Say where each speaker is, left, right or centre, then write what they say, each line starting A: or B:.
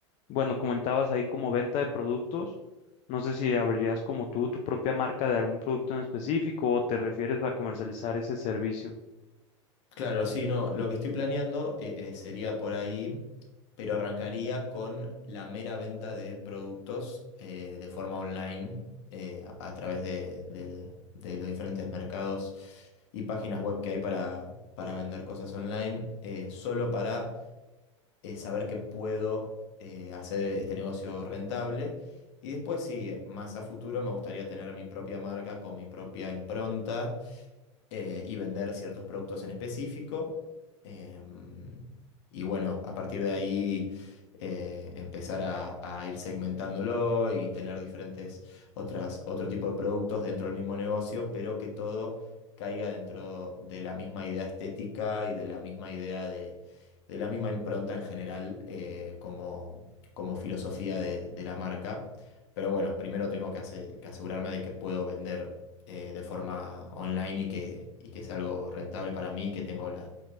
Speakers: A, on the left; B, on the left.
A: bueno, comentabas ahí como venta de productos. No sé si abrirías como tú tu propia marca de algún producto en específico o te refieres a comercializar ese servicio.
B: Claro, sí, no, lo que estoy planeando eh, eh, sería por ahí, pero arrancaría con la mera venta de productos eh, de forma online eh, a, a través de, de- de los diferentes mercados y páginas web que hay para, para vender cosas online, eh, solo para eh, saber que puedo eh, hacer este negocio rentable. Y después, sí, más a futuro me gustaría tener mi propia marca con mi propia impronta eh, y vender ciertos productos en específico. em, y bueno, a partir de ahí eh, empezar a, a ir segmentándolo y tener diferentes otras, otro tipo de productos dentro del mismo negocio, pero que todo caiga dentro de la misma idea estética y de la misma idea de, de la misma impronta en general eh, como, como filosofía de de la marca. Pero bueno, primero tengo que, ase- que asegurarme de que puedo vender eh, de forma online y que, y que es algo rentable para mí, que tengo la-